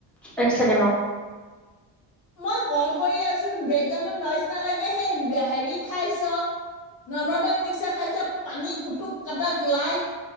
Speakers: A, in the centre; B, on the left.
A: এক চেকেণ্ড, অ'
B: মই কল কৰি আছোঁ, বেকগ্ৰাউণ্ডত নইজ নালাগে, সেই হেৰি খাইছ, নৰ্মদন মিক্সাৰ খাইছ, পানী কুটুক কাটাক লাইট